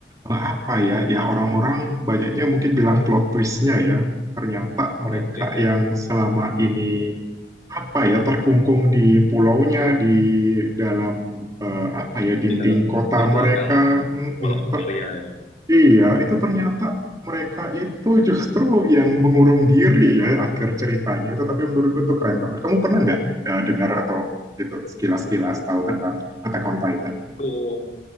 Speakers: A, on the right; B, on the left.
A: eh, apa ya ya orang-orang banyaknya mungkin bilang plot twistnya ya ternyata mereka
B: Oke,
A: yang selama ini apa ya terkungkung di pulaunya di dalam eh, apa ya dinding
B: di dalam
A: kota
B: di belakang
A: mereka Mm-mm,
B: Walau
A: ter-
B: Maria itu.
A: iya itu ternyata mereka itu justru yang mengurung diri ya akhir ceritanya itu tapi menurutku itu keren banget kamu pernah nggak eh, dengar atau itu sekilas-kilas tahu tentang Attack on Titan
B: Aku